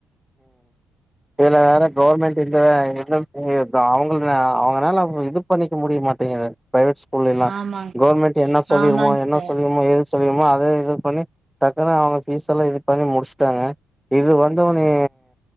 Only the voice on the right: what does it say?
உம்
ஆமாங்க
ஆமாங்க
சார்